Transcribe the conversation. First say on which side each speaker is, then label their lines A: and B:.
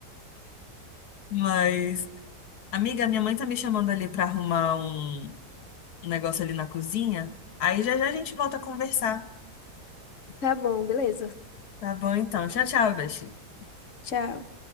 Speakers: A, on the left; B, on the left.
A: Mas, amiga, minha mãe tá me chamando ali pra arrumar um um negócio ali na cozinha. Aí já já a gente volta a conversar.
B: Tá bom, beleza.
A: Tá bom, então. Tchau, tchau, Beth.
B: Tchau.